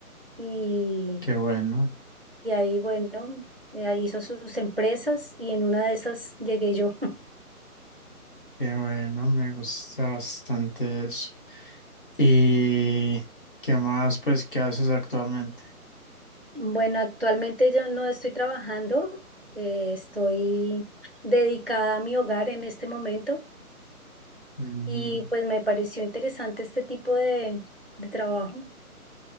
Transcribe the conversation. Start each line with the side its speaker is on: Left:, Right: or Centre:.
Right: Y,
Left: qué bueno,
Right: y ahí, bueno, eh, ahí hizo sus empresas y en una de esas llegué yo. <laughs>
Left: qué bueno, me gusta bastante eso. ¿Y qué más, pues, qué haces actualmente?
Right: Bueno, actualmente yo no estoy trabajando, eh, estoy dedicada a mi hogar en este momento
Left: Mm,
Right: y pues me pareció interesante este tipo de, de trabajo.